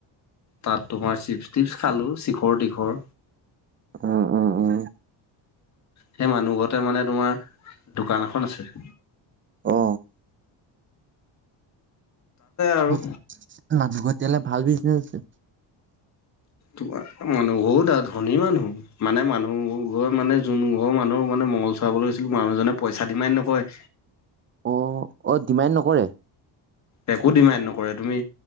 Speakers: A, on the left; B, on the right.
A: তাত তোমাৰ চিপ টিপছ খালোঁ চিখৰ তীখৰ।
B: উ উম উম
A: সেই মানুহ ঘৰতে মানে তোমাৰ দোকান এখন আছিল। <inaudible>
B: অ।
A: আৰু
B: মানুহঘৰ তেতিয়াহ'লে। ভাল বিজনেছ আছে।
A: তোমাৰ মানুহ ঘৰু বহুত আৰু ধনী মানুহ মানে মানুহ ঘৰ মানে যোন ঘৰ মানুহ মানে মঙ্গল চৰাবলৈ গৈছিলোঁ মানুহজনে পইচা দিমান নকয়।
B: অ অ ডিমান নকৰে।
A: একো ডিমাণ্ড নকৰে তুমি